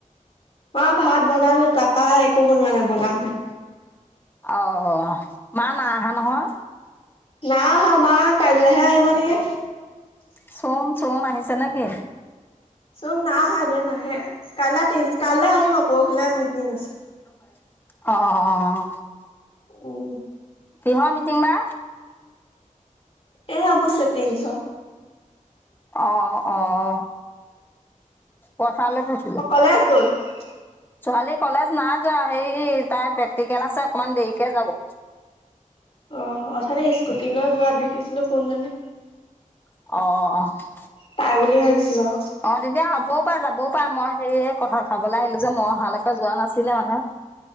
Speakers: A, on the left; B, on the left.
A: মই ভাত বনালো, তাৰাপা একো বনোৱা নাই বনাম হে।
B: অ', মা নাই অহা নহয়?
A: নাই আহা মা কাইলৈহে আহিব নেকি?
B: চোম চুম আহিছো নে কি?
A: চুম নাই আহা, এতিয়া নাহে কাইলৈ কাইলৈ আহিব পৰহিলৈ মিটিং আছে।
B: অ', অ'।
A: উম।
B: কিহৰ মিটিং বা।
A: এ আব চেটিংছ।
B: অ' অ' অ' পইচা লৈ থৈছিলে
A: <unintelligible> গোন <unintelligible>
B: ছোৱালী কলেজ নাই যোৱা, হেৰি তাই প্ৰেক্টিকেল আছে অকমান দেৰিকে যাব।
A: অ' অথনি স্কুটিলৈ যোৱা দেখিছিলো। কোন জনি,
B: অ', অ',
A: তাই বুলি ভাবিছিল অ',
B: অ' তেতিয়া হবও পাৰে যাবও পাৰে। মই হে এই কঠাল খাবলৈ আহিলো যে মই অহালৈকে যোৱা নাছিলে মানে,